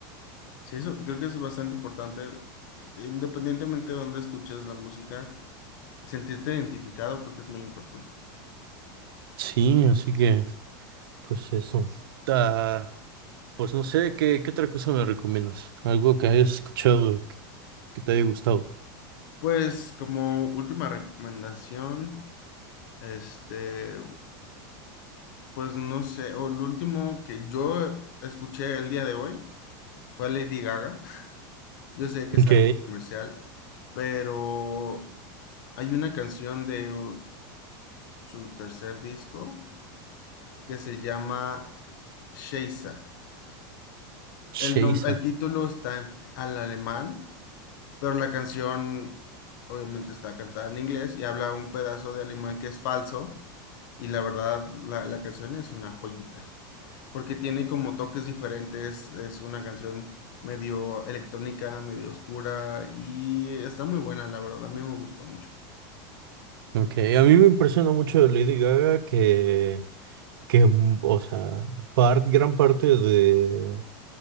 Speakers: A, on the left; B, on the right.
A: Sí, eso creo que es bastante importante, independientemente de dónde escuches la música, sentirte identificado creo que es muy importante.
B: Sí, así que pues eso. Ah, pues no sé, ¿qué, qué otra cosa me recomiendas? Algo que hayas escuchado que, que te haya gustado.
A: Pues como última recomendación, este, pues no sé, o lo último que yo escuché el día de hoy, fue Lady Gaga. Yo sé que es
B: Ok,
A: algo comercial, pero hay una canción de uh, su tercer disco que se llama Sheisa.
B: Sheisa.
A: El, nom- el título está en, al alemán pero la canción obviamente está cantada en inglés y habla un pedazo de alemán que es falso y la verdad la, la canción es una joyita porque tiene como toques diferentes, es una canción medio electrónica, medio oscura y está muy buena, la verdad, a mí me gustó mucho.
B: Ok, a mí me impresiona mucho de Lady Gaga que, que mm, o sea, par- gran parte de,